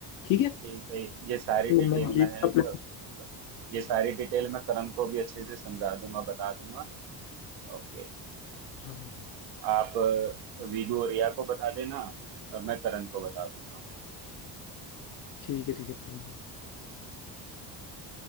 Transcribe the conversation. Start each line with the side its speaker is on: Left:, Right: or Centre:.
Left: ठीक है
Right: ठीक है ये सारी
Left: तो
Right: डिटेल
Left: मैं ये
Right: मैं
Left: इसका plan-
Right: क- ये सारी डिटेल मैं करण को भी अच्छे से समझा दूंगा बता दूंगा ओके
Left: हाँ हाँ,
Right: आप अ, वीडू और रिया को बता देना और मैं करण को बता दूंगा
Left: ठीक है ठीक है प्रवीण भाई